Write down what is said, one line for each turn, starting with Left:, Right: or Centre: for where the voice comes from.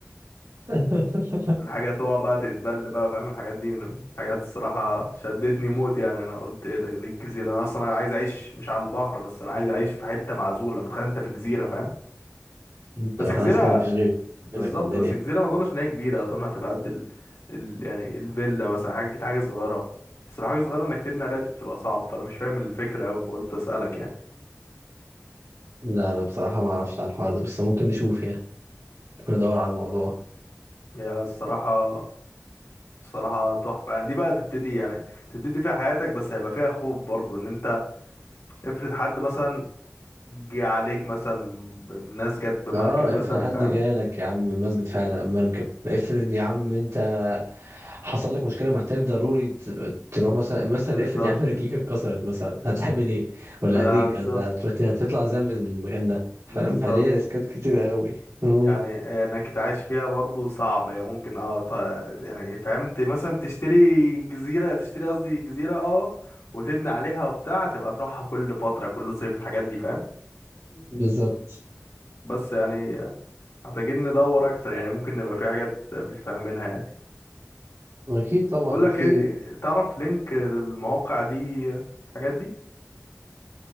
Right: <laughs>
Left: الحاجة تقع بقى تتبل بقى فاهم الحاجات دي من الحاجات الصراحة شدتني موت يعني أنا قلت إيه ده ليه الجزيرة أنا أصلا عايز أعيش مش على البحر بس أنا عايز أعيش في حتة معزولة فتخيل أنت في جزيرة فاهم
Right: انت
Left: بس
Right: خلاص
Left: جزيرة
Right: كده مفيش غيرك
Left: بالظبط
Right: في الدنيا
Left: بس جزيرة ما أظنش إن هي كبيرة أظن هتبقى قد ال... ال... يعني الفيلا مثلا حاجة كده حاجة صغيرة بس لو حاجة صغيرة إنك تبني عليها دي بتبقى صعب فأنا مش فاهم الفكرة أوي فقلت أسألك يعني
Right: لا انا بصراحة ما اعرفش على الحوار ده بس ممكن نشوف يعني ممكن ندور على الموضوع
Left: يا الصراحة الصراحة تحفة يعني دي بقى تبتدي يعني تبتدي فيها حياتك بس هيبقى فيها خوف برضو إن أنت افرض حد مثلا جه عليك مثلا ب- ناس جت بمركب
Right: اه
Left: مثلا
Right: افرض حد
Left: فاهم
Right: جالك يا عم مسجد فعلا مركب افرض يا عم انت حصل لك مشكله محتاج ضروري ت- تروح مثلا مثلا
Left: بالظبط
Right: افرض يا عم رجليك اتكسرت مثلا هتعمل ايه
Left: بالظبط
Right: ولا ايديك هت- هت- هتطلع ازاي من المكان ده فاهم
Left: بالظبط
Right: فليه ريسكات كتير قوي امم
Left: يعني انك تعيش فيها برضو صعب هي ممكن اه ط... يعني فهمت مثلا تشتري جزيرة تشتري قصدي جزيرة اه وتبني عليها وبتاع تبقى تروحها كل فترة كل صيف الحاجات دي فاهم
Right: بالظبط
Left: بس يعني محتاجين ندور اكتر يعني ممكن نبقى في حاجات مش فاهمينها يعني
Right: اكيد طبعا
Left: بقول لك
Right: في
Left: ايه تعرف لينك للمواقع دي الحاجات دي